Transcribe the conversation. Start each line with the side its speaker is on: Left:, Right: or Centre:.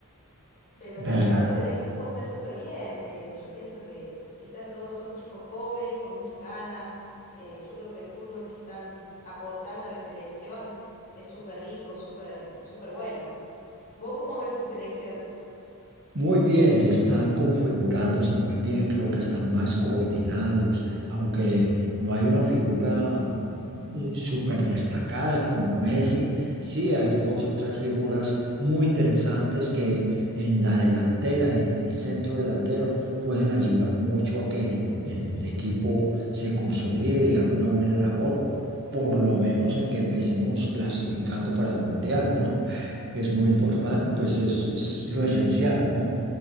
Left: Pero
Right: Verdaderamente
Left: lo- el resto del equipo está súper bien. Eh, yo pienso que, que están todos, son chicos jóvenes, con muchas ganas. Eh, yo creo que el fútbol que están aportando a la selección es súper rico, súper, súper bueno. ¿Vos cómo ves tu selección?
Right: Muy bien, están configurándose muy bien, creo que están más coordinados, aunque no hay una figura eh, súper destacada como Messi, sí hay dos o tres figuras muy interesantes que en la delantera y en el centro delantero pueden ayudar mucho a que el, el equipo se consolide y haga una buena labor, por lo menos en que empecemos clasificando para el Mundial, ¿no? Que es muy importante, pues es, es lo esencial, ¿no?